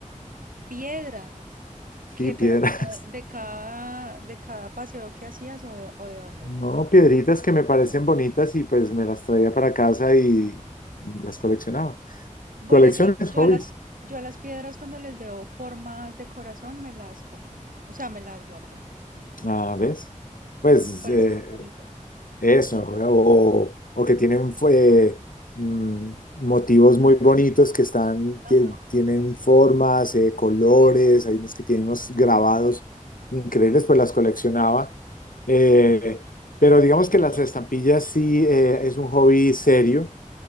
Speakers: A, on the right; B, on the left.
A: Piedras.
B: sí,
A: ¿Qué?
B: piedras.
A: Pero como de, de
B: <laughs>
A: cada, de cada paseo que hacías o de, o de dónde.
B: No, piedritas que me parecen bonitas y pues me las traía para casa y las coleccionaba.
A: Bueno,
B: Colecciones,
A: yo, a- yo
B: hobbies.
A: a las, yo a las piedras cuando les veo formas de corazón me las cojo. O sea, me las guardo.
B: Ah, ¿ves? Pues
A: Eso me parece
B: eh,
A: muy bonito.
B: Eso, o, o que tienen fue, mm, motivos muy bonitos que están,
A: Ajá.
B: tie- tienen formas, eh, colores, hay unos que tienen unos grabados increíbles, pues las coleccionaba. Eh, pero digamos que las estampillas sí eh, es un hobby serio.